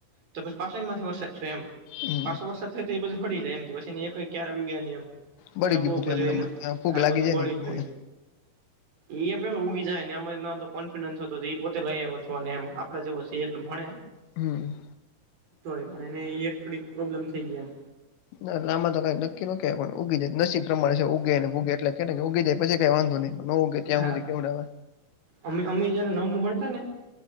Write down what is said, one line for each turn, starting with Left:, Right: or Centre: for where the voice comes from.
Right: તો પછી પાછો એન માથે વરસાદ થ્યો એમ
Left: હમ
Right: પાસો વરસાદ થાય તો એ બધી સળી જાય એમ પછી એકય ક્યારા ઊયગા ની એમ
Left: બળી
Right: એમ
Left: ગયું
Right: બહુ
Left: બધું
Right: બધુ
Left: એમને
Right: એનું
Left: ત્યાં ફૂગ
Right: આય
Left: લાગી
Right: બધું
Left: જાય
Right: મળી
Left: ને એ પ્રમાણે
Right: ગ્યુ એમ ઈ એમ ક્યેન ઊગી જાય નેમનેમ કોન્ફિડન્સ હતો તો એ પોતે લઈ આવયોતો અને એમ આપડે જેવો સી એનુ ભણે
Left: હમ્મ
Right: તો હોય પણ એને એ એક થોડીક પ્રોબ્લેમ થઈ ગય એમ
Left: ત લાંબા તો કઈ નક્કી ન કે પણ ઉગી જાય નસીબ પ્રમાણે છે ઉગે અને ભૂગે એટલે કે ને કે ઉગી જાય પછી કઈ વાંધો ની ન ઉગે ત્યાં
Right: હા
Left: હુદી કેવડાવે
Right: અમે અમે જયારે નવમું ભણતા ને